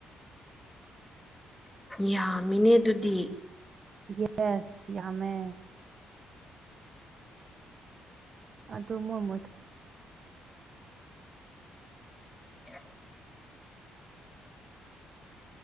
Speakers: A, in the centre; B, on the right.
A: ꯌꯥꯝꯃꯤꯅꯦ ꯑꯗꯨꯗꯤ
B: ꯌꯦꯁ ꯌꯥꯝꯃꯦ ꯑꯗꯨ ꯃꯣꯏ ꯃꯣꯏ
A: <unintelligible>